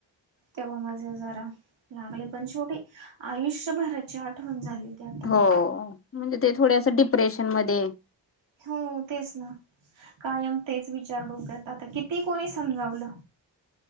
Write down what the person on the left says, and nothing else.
हो,,
म्हणजे ते थोडे असं डिप्रेशन मध्येऽ